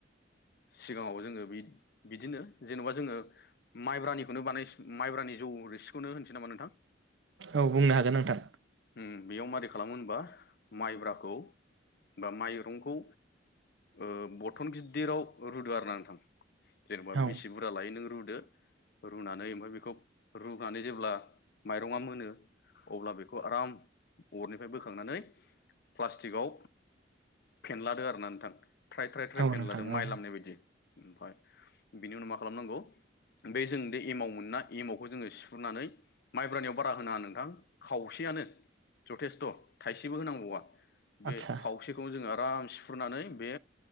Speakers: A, on the left (about 55°); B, on the right (about 75°).
A: सिगाङाव जोङो बि-बिदिनो जेनबा जोङो माइब्रानिखौनो बानायफिन माइब्रानि जौ रोसिखौनो होननोसै नामा नोंथां?
B: औ बुंनो हागोन नोंथां।
A: उम बेयाव मारै खालामो होनबा माइब्राखौ बा माइरंखौ ओ बथन गिददिराव रुदो आरो ना नोंथां। जेनेबा
B: औ
A: बिसे बुरजा लायो नों रु दो रुनानै ओमफ्राय बे बेखौ रुनानै जेब्ला माइरङा मोनो अब्ला बेखौ आराम अरनिफ्राय बोखांनानै प्लास्टिकआव फेनलादो आरो ना नोंथां। थ्राय थ्राय थ्राय
B: औ
A: फेनलादो
B: नोंथां
A: माइ
B: औ
A: लामनाय बायदि ओमफाय बिनि उनाव मा खालामनांगौ बे जों बे एमाव मोननाय एमावखौ जोङो सिफ्रुनानै माइब्रानियाव बारा होनाङा नोंथां खावसेयानो जथेस्थ' थाइसेबो होनांबावा बे
B: आदसा
A: खावसेखौनो जोङो आराम फुनानै बे